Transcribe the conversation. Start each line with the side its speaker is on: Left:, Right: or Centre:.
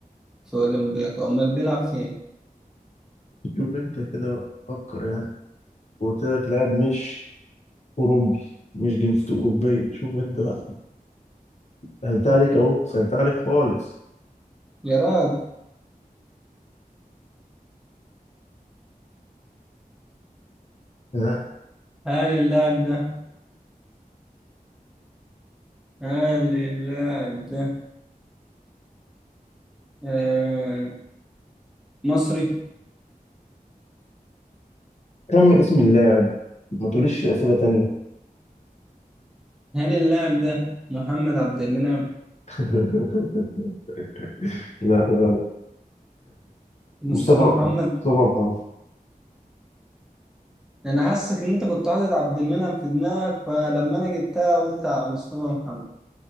Centre: في اولمبياكو امال بيلعب في ايه
Left: شوف أنت كده بقى فكر يعني وقلت لك لاعب مش أوروبي مش جنسيته أوروبية شوف أنت بقى سهلت عليك أهو سهلت عليك خالص
Centre: يا راجل
Left: ها
Centre: هل اللاعب ده هل اللاعب ده آه مصري
Left: كمل اسم اللاعب ما تقوليش أسئلة تانية
Centre: هل اللاعب ده محمد عبد المنعم
Left: <laughs> لا غلط
Centre: مصطفى
Left: مصطفى
Centre: محمد
Left: مصطفى محمد
Centre: انا حاسك ان انت كنت حاطط عبد المنعم في دماغك فلما انا جبتها قلت على مصطفى محمد